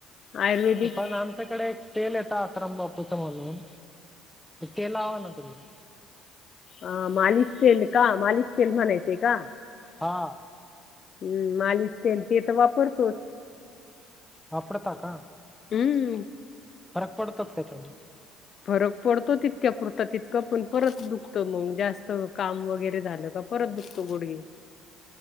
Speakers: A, on the left (about 50°); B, in the centre.
A: आयुर्वेदिक
B: पण आमच्याकडे तेल येत आसाराम बापूच म्हणून ते लावा ना तुम्ही.
A: अ मालिश तेल का, मालिश तेल म्हणायचे का?
B: हा
A: हम्म, मालिश तेल ते तर वापरतोच.
B: वापरता का,
A: हम्म
B: फरक पडतोच त्याच्यामुळे?
A: फरक पडतो तितक्या पुरत तितकं, पण परत दुखतं मंग जास्त काम वगैरे झालं का परत दुखतो गुडघे.